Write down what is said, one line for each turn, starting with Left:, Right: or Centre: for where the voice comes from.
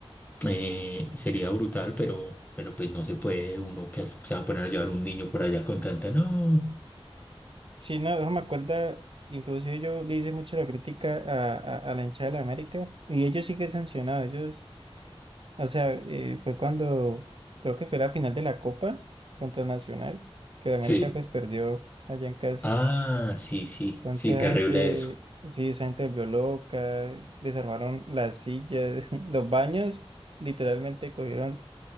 Left: Eh, sería brutal, pero, pero pues no se puede uno que as- se va a poner a llevar un niño por allá con tanta, no.
Right: Sí, no, eso me acuerda, inclusive yo le hice mucho la crítica a, a, a la hinchada de la América y ellos sí que sancionados, ellos, o sea, eh, fue cuando, creo que fue la final de la Copa contra Nacional, que la
Left: Sí.
Right: América pues perdió allá en casa.
Left: Ah, sí, sí,
Right: Entonces
Left: sí,
Right: la
Left: terrible
Right: gente,
Left: eso.
Right: sí, esa gente se volvió loca, desarmaron las sillas, <laughs> los baños, literalmente cogieron